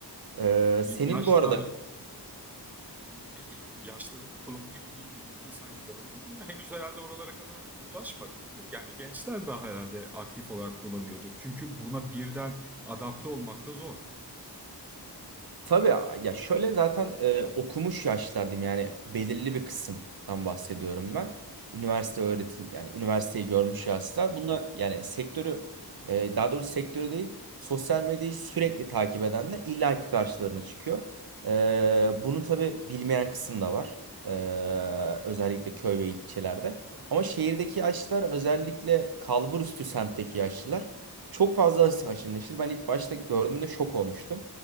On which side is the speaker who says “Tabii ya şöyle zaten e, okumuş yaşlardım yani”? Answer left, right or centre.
Right